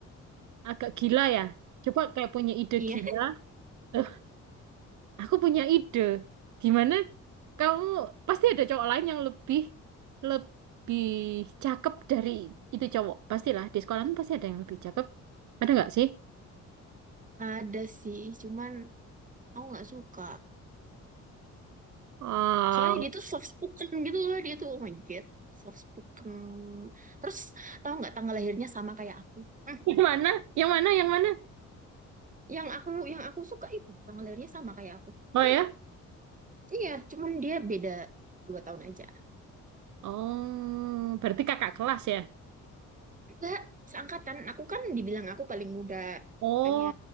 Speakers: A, on the right; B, on the right.
A: agak gila ya. Coba kayak punya ide
B: Iya,
A: gila. Eh, aku punya ide. Gimana kamu pasti ada cowok lain yang lebih lebih cakep dari itu cowok. Pastilah di sekolah kan pasti ada yang lebih cakep. Ada nggak sih?
B: <laughs> ada sih, cuman aku nggak suka.
A: Oh,
B: Soalnya dia tuh soft spoken gitu loh, dia tuh oh my god, soft spoken. Terus tahu nggak tanggal lahirnya sama kayak aku?
A: <laughs>
B: Hmm,
A: yang mana? Yang mana? Yang mana?
B: yang aku yang aku suka itu tanggal lahirnya sama kayak aku.
A: Oh
B: Hmm,
A: ya?
B: Iya, cuman dia beda dua tahun aja.
A: Oh, berarti kakak kelas ya?
B: Enggak, seangkatan. Aku kan dibilang aku paling muda.
A: Oh,
B: Makanya,